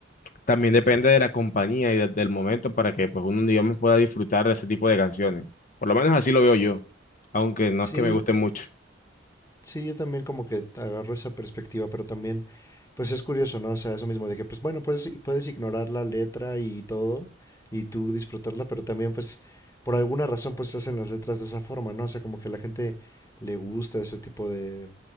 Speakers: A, on the left; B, on the left.
A: También depende de la compañía y de- del momento para que pues uno, digamos, pueda disfrutar de ese tipo de canciones. Por lo menos así lo veo yo, aunque no
B: Sí,
A: es que me guste mucho.
B: Sí, yo también como que agarro esa perspectiva, pero también, pues es curioso, ¿no? O sea, eso mismo de que, pues bueno, puedes, puedes ignorar la letra y todo, y tú disfrutarla, pero también, pues, por alguna razón, pues se hacen las letras de esa forma, ¿no? O sea, como que a la gente le gusta ese tipo de,